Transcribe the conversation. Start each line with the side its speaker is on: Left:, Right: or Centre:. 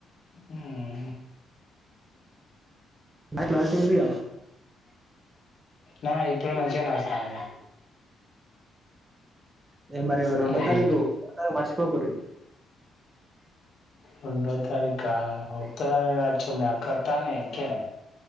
Left: ఉమ్మ్
Right: క్లా క్లారిటీ ఉందిగ.
Left: నా ఇప్పుడు మంచిగానే వస్తాంది.
Right: నేన్ మరి రెండో
Left: ఉమ్.
Right: తారీఖు పొ కాని మర్చిపోకుర్రి.
Left: రెండో తారీఖా అవుతే ఒచ్చుడె అక్కొత్తాని. కేన్